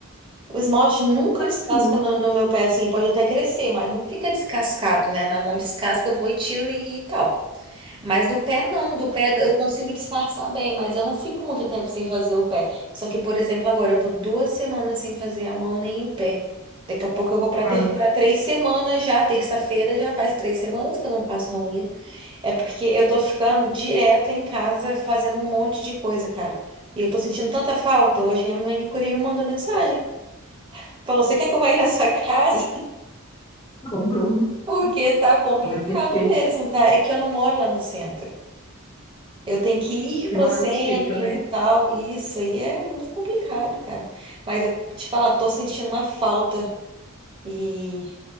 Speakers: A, on the right; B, on the left.
A: O esmalte nunca
B: Coisa
A: descasca
B: boa.
A: no, no meu pé, assim, pode até crescer, mas não fica descascado, né? Na mão descasca, eu vou e tiro e, tal. Mas do pé não, do pé eu consigo disfarçar bem, mas eu não fico muito tempo sem fazer o pé. Só que, por exemplo, agora eu tô duas semanas sem fazer a mão nem o pé. Daqui a pouco eu vou pra
B: Ah,
A: ter, para três semanas já, terça-feira já faz três semanas que eu não faço a unha. É porque eu tô ficando direto em casa fazendo um monte de coisa, cara. E eu tô sentindo tanta falta. Hoje minha manicure me mandou mensagem. Falou, você quer que eu vá ir na sua casa? <laughs>
B: <laughs>
A: Porque tá complicado
B: ah, perfeito.
A: mesmo, tá? É que eu não moro lá no centro. Eu tenho que ir
B: Você
A: pro
B: mora
A: centro
B: no sítio, né?
A: e tal. e Isso aí é muito complicado, cara. Mas eu te falar, tô sentindo uma falta. E